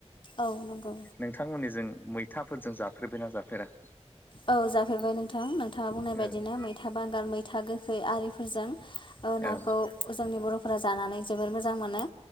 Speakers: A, on the left (about 45°); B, on the left (about 15°).
A: औ नंगौ
B: नोंथांमोननिजों मैथाफोरजों जाफेरबायना जाफेरा?
A: औ जाफेरबाय नोंथां, नोंथाङा बुंनाय
B: औ
A: बायदिनो मैथा बा बांगाल मैथा गोखै आरिफोरजों ओ नाखौ
B: औ
A: जोंनि बर'फोरा जानानै जोबोर मोजां मोनो।